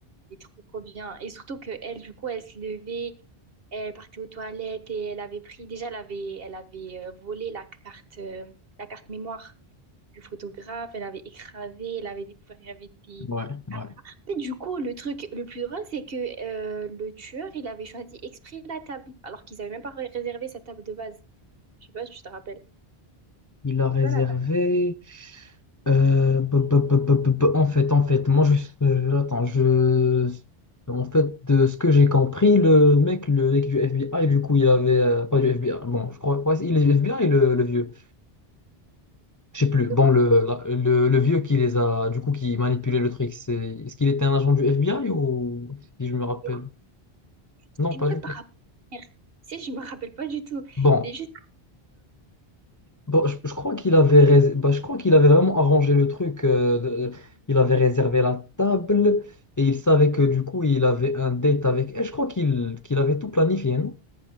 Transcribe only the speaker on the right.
c'est trop, trop bien. Et surtout que elle, du coup, elle se levait, elle partait aux toilettes et elle avait pris... Déjà, elle avait, elle avait euh, volé la carte, euh, la carte mémoire. le photographe, elle avait écrasé, elle avait découvert, il y avait des...
Mais du coup, le truc le plus drôle, c'est que euh, le tueur, il avait choisi exprès la table, alors qu'ils n'avaient même pas ré- réservé sa table de base. Je sais pas si tu te rappelles.
Tu vois la table
de
quoi?
De quoi? C'était
un truc
par rapport à la mer. Tu sais, je me rappelle pas du tout.
C'est juste